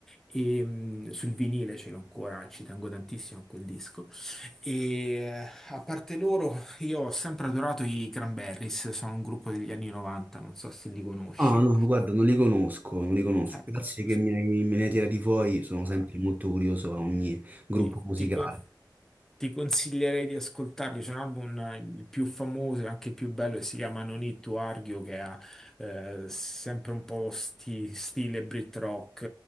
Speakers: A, in the centre; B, on the right.
A: E, mh, sul vinile ce l'ho ancora, ci tengo tantissimo a quel disco. E eh, a parte loro, io ho sempre adorato i Cranberries, sono un gruppo degli anni 90, non so se li conosci.
B: Ah, no, guarda, non li conosco, non li conosco.
A: Ecco,
B: Grazie che mi hai- me ne hai tirati fuori, sono sempre
A: Ah,
B: molto curioso a ogni gruppo
A: ti,
B: musicale.
A: ti con- Ti consiglierei di ascoltarli. C'è un album, eh, il più famoso e anche il più bello, che si chiama No Need to Argue, che ha eh, sempre un po' sti- stile Brit rock,